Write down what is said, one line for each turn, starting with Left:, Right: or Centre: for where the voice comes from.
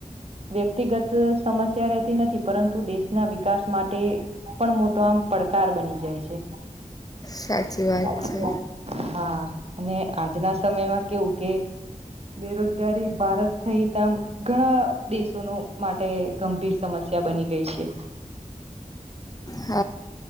Right: વ્યક્તિગત સમસ્યા રહેતી નથી પરંતુ દેશ દ ના વિકાસ માટે પણ મોટો આમ પડકાર બની જાય છે.
Left: સાચી વાત
Right: ચ
Left: છે
Right: હા અને આજના સમયમાં કેવું કેટટ બેરોજગારી ભારત સહિત આમ ઘણા દેશોનો માટે ગંભીર સમસ્યા ્યા બની ગઈ છે.
Left: હ